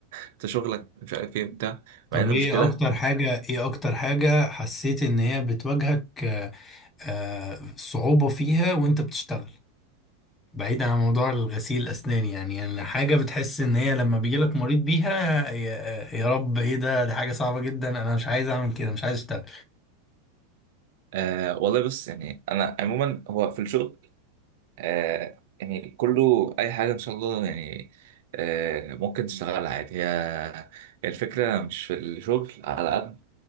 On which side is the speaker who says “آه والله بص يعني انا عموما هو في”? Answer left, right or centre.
Right